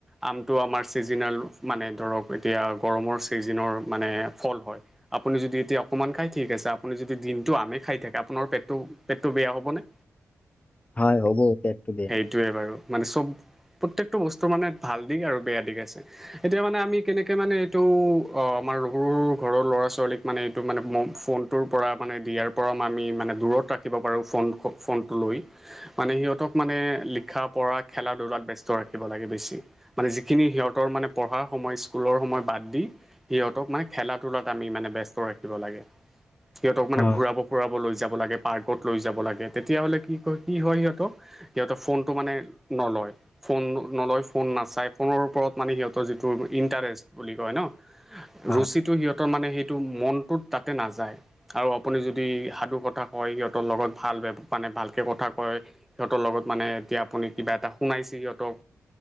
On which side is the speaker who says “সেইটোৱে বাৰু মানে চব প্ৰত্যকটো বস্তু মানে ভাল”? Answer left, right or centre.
Centre